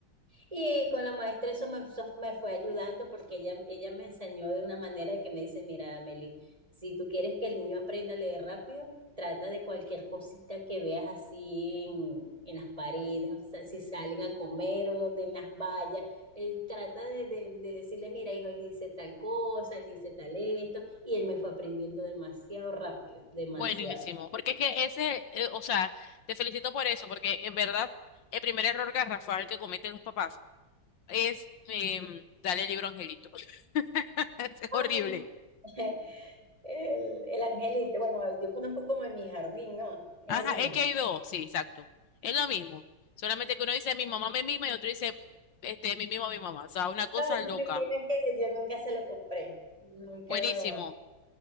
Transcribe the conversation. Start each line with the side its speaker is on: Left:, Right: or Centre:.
Right: Y con la maestra eso me, eso me fue ayudando porque ella, ella me enseñó de una manera que me dice, mira, Meli, si tú quieres que el niño aprenda a leer rápido, trata de cualquier cosita que veas así en, en las paredes, o sea, si salen a comer o donde en las vallas, eh, trata de, de- de decirle, mira, hijo, él dice tal cosa, él dice tal esto, y él me fue aprendiendo demasiado rápido, demasiado.
Left: Buenísimo. Porque es que ese, eh, o sea, te felicito por eso, porque en verdad el primer error garrafal que cometen los papás Este, mm, dale el libro Angelito. <laughs> Es
Right: Ay,
Left: horrible.
Right: no. <laughs> El, el angelito, bueno, yo conozco como en mi jardín, ¿no? Es
Left: Ajá,
Right: el mismo.
Left: es que hay dos, sí, exacto. Es lo mismo. Solamente que uno dice mi mamá me mima y otro dice este mi mimo a mi mamá. O sea, una cosa
Right: No, si
Left: loca.
Right: supieras que yo nunca se lo compré, nunca
Left: Buenísimo.
Right: lo,